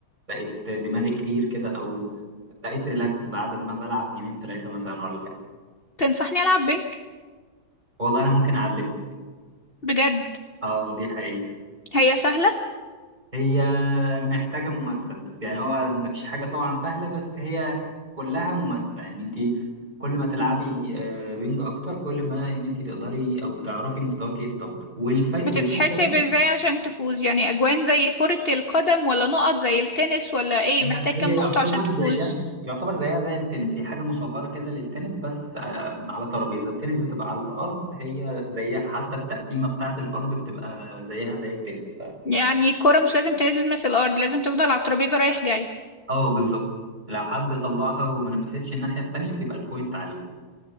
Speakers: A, on the right (about 20°); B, on the left (about 30°).
A: بقيت دماغي كلير كده أو بقيت ريلاكس بعد ما بلعب جيمين تلاتة مثلا ولا حاجة
B: تنصحني العب بينج
A: والله أنا ممكن أعلمك
B: بجد
A: أه دي حقيقة
B: هي سهله
A: هي محتاجة ممارسة بس يعني هو مفيش حاجة طبعا سهلة بس هي كلها ممارسة يعني أنت كل ما تلعبي
B: مم.
A: آه، بنج أكتر كل ما إن أنت تقدري أو تعرفي مستواك يتطور والف...
B: بتتحسب
A: والفكرة
B: ازاي عشان تفوز يعني اجوان زي كره القدم ولا نقط زي التنس ولا ايه
A: لا
B: محتاج
A: هي
B: كام نقطه
A: يعتبر
B: عشان تفوز
A: زيها يعتبر زيها زي التنس هي حاجة مصغرة كده للتنس بس آه، على ترابيزة التنس بتبقى على الأرض هي زيها حتى التقسيمة بتاعة الأرض بتبقى زيها زي التنس ف...
B: يعني الكره مش لازم تلمس الارض لازم تفضل على الترابيزه رايح جاي
A: اه بالظبط لو حد طلعها وما لمستش الناحية التانية بتبقى البوينت عليه